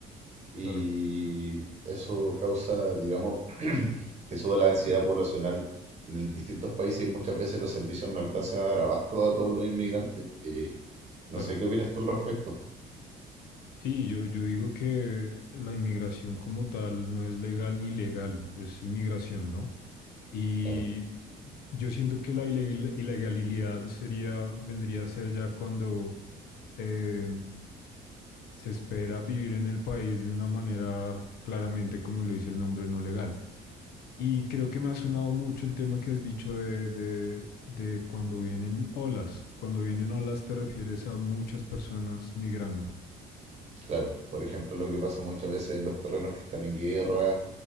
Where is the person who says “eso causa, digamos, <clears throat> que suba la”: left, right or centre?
Right